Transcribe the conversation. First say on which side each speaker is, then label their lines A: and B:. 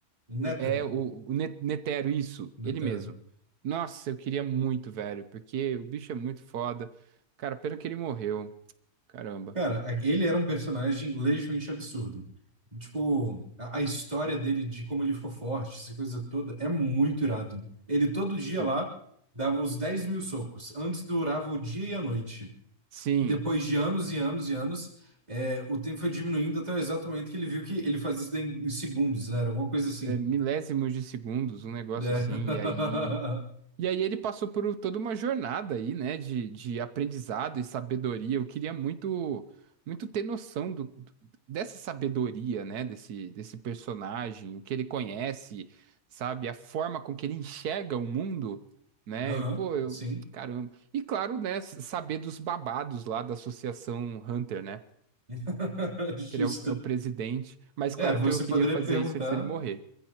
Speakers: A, on the right; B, on the right.
A: Nétero?
B: É o, o Ne- Netero, isso,
A: Netero.
B: ele mesmo. Nossa, eu queria muito, velho, porque o bicho é muito foda. Cara, pena que ele morreu. Caramba.
A: Cara, ele era um personagem legitimamente absurdo. Tipo, a, a história dele, de como ele ficou forte, essa coisa toda, é muito irado. Ele todo dia
B: Sim.
A: lá dava os dez mil socos. Antes durava o dia e a noite.
B: Sim.
A: Depois de anos e anos e anos, é, o tempo foi diminuindo até o exato momento que ele viu que ele fazia isso em, em segundos, né? Era alguma coisa assim.
B: é, milésimos de segundos, um negócio
A: né?
B: assim,
A: <laughs>
B: e aí. E aí ele passou por toda uma jornada aí, né, de, de aprendizado e sabedoria. Eu queria muito muito ter noção do, do- dessa sabedoria, né, desse, desse personagem, o que ele conhece, sabe, a forma com que ele enxerga o mundo, né?
A: Aham,
B: Pô, eu,
A: sim.
B: caramba. E claro, né, s- saber dos babados lá da Associação Hunter, né?
A: <laughs> Justo.
B: Que ele é o, é o presidente, mas
A: É,
B: claro
A: você
B: que eu queria
A: poderia
B: fazer
A: perguntar.
B: isso antes dele morrer.